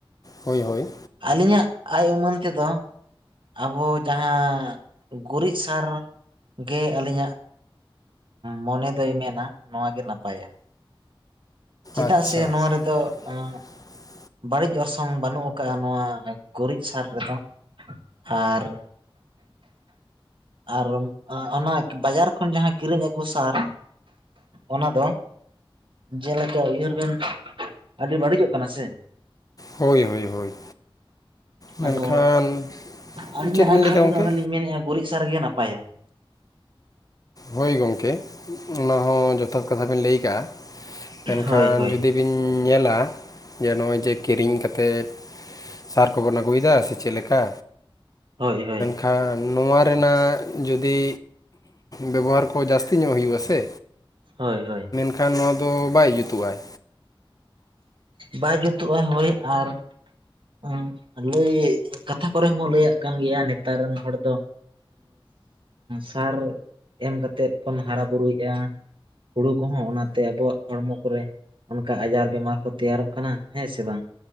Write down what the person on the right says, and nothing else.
ᱟᱹᱞᱤᱧᱟᱜ ᱟᱭ ᱩᱢᱟᱹᱱ ᱛᱮᱫᱚ ᱟᱵᱚ ᱡᱟᱦᱟᱸ ᱜᱩᱨᱤᱡ ᱥᱟᱨ ᱜᱮ ᱟᱹᱞᱤᱧᱟᱜ ᱢᱚᱱᱮ ᱫᱚᱭ ᱢᱮᱱᱟ ᱱᱚᱣᱟ ᱜᱮ ᱱᱟᱯᱟᱭᱟ ᱪᱮᱫᱟᱜ
ᱥᱮ ᱱᱚᱣᱟ ᱨᱮᱫᱚ
ᱮᱸ ᱵᱟᱹᱲᱤᱡ ᱚᱨᱥᱚᱝ ᱵᱟᱹᱱᱩᱜ ᱟᱠᱟᱫ-ᱟ ᱱᱚᱣᱟ ᱜᱩᱨᱤᱡ ᱥᱟᱨ ᱨᱮᱫᱚ ᱟᱨ ᱟᱨ ᱚᱱᱟ ᱵᱟᱡᱟᱨ ᱠᱷᱚᱱ ᱡᱟᱦᱟᱸ ᱠᱤᱨᱤᱧ ᱟᱹᱜᱩ ᱥᱟᱨ ᱚᱱᱟ ᱫᱚ ᱡᱮᱞᱮᱠᱟ ᱩᱭᱦᱟᱹᱨ ᱵᱮᱱ ᱟᱹᱰᱤ ᱵᱟᱹᱲᱤᱡᱚᱜ ᱠᱟᱱᱟ ᱥᱮ
ᱟᱫᱚ ᱟᱹᱞᱤᱧᱟᱜ
ᱟᱭ
ᱩᱢᱟᱹᱱ
ᱛᱮᱫᱚ
ᱚᱱᱮᱞᱤᱧ ᱢᱮᱱᱮᱫᱼᱟ ᱜᱩᱨᱤᱡ ᱥᱟᱨ ᱜᱮ ᱱᱟᱯᱟᱭᱟ᱾
ᱦᱳᱭ ᱦᱳᱭ
ᱦᱳᱭ ᱦᱳᱭ
ᱦᱳᱭ ᱦᱳᱭ
ᱵᱟᱭ ᱡᱩᱛᱩᱜᱼᱟ ᱦᱳᱭ ᱟᱨ ᱦᱚᱸ ᱞᱟᱹᱭ ᱠᱟᱛᱷᱟ ᱠᱚᱨᱮ ᱦᱚᱸᱵᱚᱱ ᱞᱟᱹᱭᱟᱜ ᱠᱟᱱ ᱜᱮᱭᱟ ᱱᱮᱛᱟᱨ ᱨᱮᱱ ᱦᱚᱲ ᱫᱚ ᱥᱟᱨ ᱮᱢ ᱠᱟᱛᱮᱮᱫ ᱵᱚᱱ ᱦᱟᱨᱟ ᱵᱩᱨᱩᱭᱮᱫᱼᱟ ᱦᱩᱲᱩ ᱠᱚᱦᱚᱸ ᱚᱱᱟᱛᱮ ᱟᱵᱚᱣᱟᱜ ᱦᱚᱲᱢᱚ ᱠᱚᱨᱮ ᱚᱱᱠᱟ ᱟᱡᱟᱨ ᱵᱮᱢᱟᱨ ᱠᱚ ᱛᱮᱭᱟᱨᱚᱜ ᱠᱟᱱᱟ ᱦᱮᱸ ᱥᱮ ᱵᱟᱝ